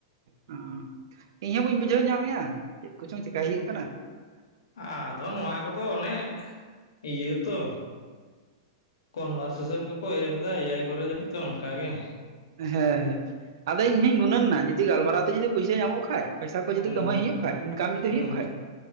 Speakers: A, on the right; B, on the left.
A: ᱦᱩᱸ ᱤᱧ ᱦᱚᱸ ᱵᱟᱹᱧ ᱵᱩᱡᱷᱟᱹᱣ ᱧᱟᱢ ᱮᱭᱟ ᱪᱮᱫ ᱠᱚᱪᱚᱝ ᱪᱮᱠᱟᱹᱭ ᱦᱩᱭᱩᱜ ᱠᱟᱱᱟ᱾
B: ᱟᱫᱚ ᱱᱚᱣᱟ ᱠᱚᱫᱚ ᱚᱱᱮ ᱤᱭᱟᱹ ᱛᱚ ᱠᱚᱱᱵᱷᱟᱨᱥᱮᱥᱮᱱ ᱠᱚᱠᱚ ᱮᱢᱫᱟ ᱮᱭᱟᱭ ᱠᱚᱨᱮ ᱡᱟᱹᱱᱤᱡ ᱛᱚ ᱚᱱᱠᱟᱜᱮ ᱾
A: ᱦᱮᱸ ᱦᱮᱸ ᱟᱫᱚ ᱤᱧ ᱦᱚᱧ ᱜᱩᱱᱟᱹᱱ ᱱᱟ ᱡᱩᱫᱤ ᱜᱟᱞᱢᱟᱨᱟᱣ ᱛᱮ ᱡᱩᱚᱫᱤ ᱯᱚᱭᱥᱟ ᱧᱟᱢᱚᱜ ᱠᱷᱟᱱ ᱯᱚᱭᱥᱟ ᱠᱚ ᱡᱩᱫᱤ
B: ᱦᱩᱸ
A: ᱠᱟᱢᱟᱭ ᱦᱩᱭᱩᱜ ᱠᱷᱟᱡ ᱤᱱᱠᱟᱹᱢ ᱡᱩᱫᱤ
B: ᱦᱩᱸ
A: ᱦᱩᱭᱩᱜ ᱠᱷᱟᱡ